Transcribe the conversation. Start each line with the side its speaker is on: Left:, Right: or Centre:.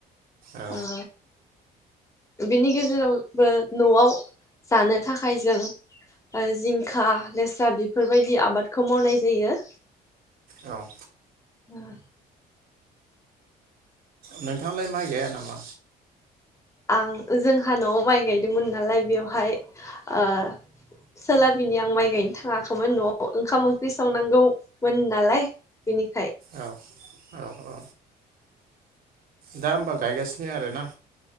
Right: औ
Left: अ बेनि गेजेरावबो न'आव जानो थाखाय जों ओ जिंखा लेसा बेफोरबायदि आबादखौ मावनाय जायो।
Right: औ
Left: उम
Right: नोंथाङांलाय माइ गाया नामा?
Left: आं जोंहा न'आव माइ गायदोंमोन नालाय बेवहाय ओ सोलाबिनि आं माइ गायनो थाङाखैमोन न'आव ओंखाम ओंख्रि संनांगौमोन नालाय बेनिखाय
Right: औ औ औ दा होमबा गायगासिनो आरोना